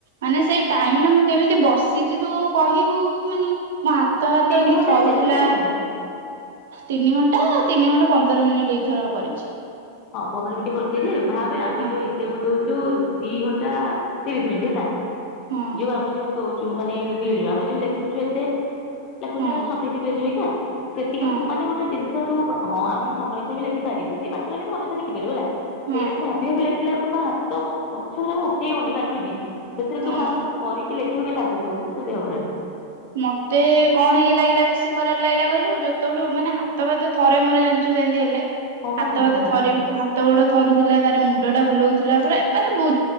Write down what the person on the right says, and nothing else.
ମାନେ ସେଇ ଟାଇମ ଟା ମୁଁ କେମିତି ବସିଚି ତୁ କହିବୁ ମାନେ ମୋ ହାତ ହାତ
ଏମତି
ଥରୁଥିଲା।
ତିନି ଘଣ୍ଟା ତିନି ଘଣ୍ଟା ପନ୍ଦର ମିନିଟ ଏଇଥର କରିଚି।
ହଁ
ହଁ
ହଁ
ହଁ
ହଁ
ହଁ।
ମତେ କଣ ଇଏ ଲାଗିଲା ବେଶୀ ଖରାପ ଲାଗିଲା କହିଲୁ ଯେତେବେଳୁ, ମାନେ ହାତ ଫାତ ଥରେ ମୋର ଜାଣିଚୁ ତୁ ସେମିତି ହେଲେ।
ହାତ
ଫାତ
ଥରି ହାତ ଗୋଡ ଥରୁଥିଲା ତାର ମୁଣ୍ଡଟା ବୁଲଉଥିଲା ପରା ମାନେ ବୁ